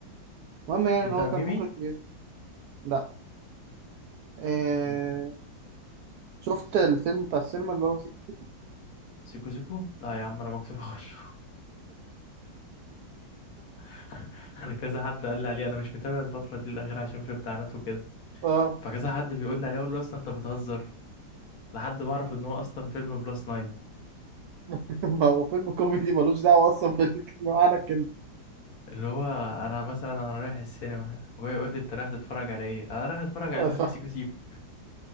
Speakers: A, on the right; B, on the left.
A: المهم يعني
B: بيتر
A: إن هو كان
B: ميمي
A: مخرج كبير لا آه
B: مم.
A: شفت الفيلم بتاع السينما اللي هو سيكو
B: سيكو سيكو لا يا عم انا مكسوف اخشه <laughs> انا كذا حد قال لي عليه انا مش متابع الفترة دي الاخيرة عشان في امتحانات وكده
A: <laughs>
B: فكذا حد بيقول لي عليه اقول له اصلا انت بتهزر لحد ما اعرف ان هو اصلا فيلم بلس 9
A: <laughs> ما هو فيلم كوميدي ملوش دعوة أصلا بالمعنى <laughs> الكلمة
B: اللي هو انا مثلا انا رايح السينما ابويا يقول لي انت رايح تتفرج على ايه انا رايح اتفرج
A: ف-
B: على فيلم سيكو سيكو